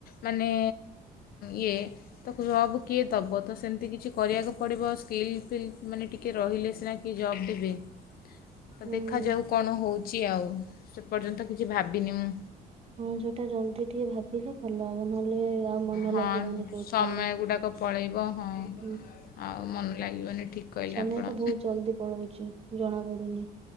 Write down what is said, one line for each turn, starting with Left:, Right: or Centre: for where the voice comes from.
Left: ମାନେ ଇଏ ତ ଜବ୍ କିଏ ଦବ ତ ସେମତି କିଛି କରିବାକୁ ପଡ଼ିବ ସ୍କିଲ୍ ଫିଲ୍ ମାନେ ଟିକେ ରହିଲେ ସିନା କିଏ ଜବ୍ ଦେବେ ତ
Right: ହୁଁ।
Left: ଦେଖାଯାଉ କଣ ହଉଚି ଆଉ ସେପର୍ଯ୍ୟନ୍ତ କିଛି ଭାବିନି ମୁଁ।
Right: ହଁ ସେଟା ଜଲଦି ଟିକେ ଭାବ ବିଲେ ଭଲ ହବ ନହେଲେ ଆଉ ମନ
Left: ହଁ
Right: ଲାଗିବନି କୋଉଥିରେ
Left: ସମୟ
Right: ବି
Left: ଗୁଡ଼ାକ ପଳେଇବ ହଁ
Right: ହୁଁ।
Left: ଆଉ ମନ ଲାଗିବନି ଠିକ୍ କହିଲେ
Right: ସମୟ
Left: ଆପଣ
Right: ତ ବହୁତ୍ ଜଲଦି ପଳଉଚି ଜଣା ପଡୁନି।